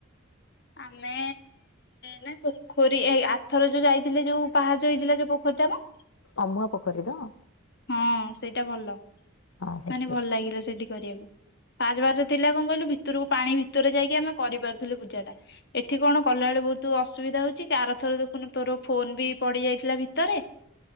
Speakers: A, on the left (about 50°); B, on the left (about 75°).
A: ଆମେ ନାଇ ପୋଖରୀ ଏ ଆଥର ଯୋଉ ଯାଇଥିଲେ ଯୋଉ ପାହାଚ ହେଇଥିଲା ଯୋଉ ପୋଖରୀ ଟା ପା।
B: ଅମୁଆ ପୋଖରୀ ତ।
A: ହଁ ସେଇଟା ଭଲ
B: ହଁ ସେଇଠି
A: ମାନେ ଭଲ ଲାଗିଲା ସେଇଠି କରିବାକୁ। ପାହାଚ ପାହାଚ ଥିଲା କଣ କହିଲୁ ଭିତରକୁ ପାଣି ଭିତରେ ଯାଇକି ଆମେ କରିପାରୁଥିଲେୁ ପୂଜା ଟା ଏଠି କଣ କଲେ ବେଳେ ବହୁତ ଅସୁବିଧା ହଉଛି କାର ଥର ଦେଖୁନୁ ତୋର ଫୋନ ବି ପଡି ଯାଇଥିଲା ଭିତରେ।